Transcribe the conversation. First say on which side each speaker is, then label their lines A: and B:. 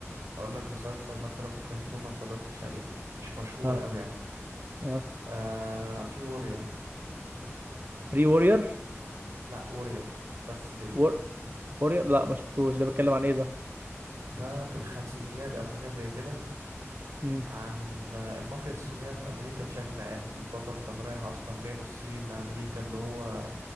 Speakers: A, on the right; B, on the right.
A: هقول لك مسلسل مثلا ممكن تكون ما اتفرجتش عليه مش مشهور
B: ها
A: قوي يعني
B: ها
A: آه في وورير
B: ري وورير
A: لا وورير بس كده
B: وور... وورير لا ما شفتوش ده بيتكلم عن ايه ده
A: ده في الخمسينيات او حاجة زي كده
B: امم
A: عن المافيا الصينية في أمريكا بشكل عام البطل كان رايح أصلا جاي من الصين لأمريكا اللي هو